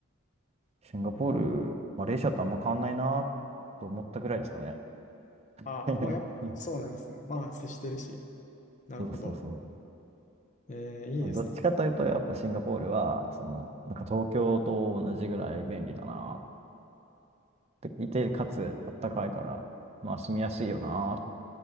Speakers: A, on the right; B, on the left.
A: シンガポール、マレーシアとあんま変わんないなと思ったぐらいですかね。
B: あ、
A: <laughs>
B: まあ、やっぱ、そうなんですね。まあ、接してるし。なるほど。
A: そうそうそ
B: えー、いいですね。
A: う。どっちかというと、やっぱシンガポールは、その、なんか東京と同じぐらい便利だなっていて、かつあったかいから、まあ住みやすいよなっ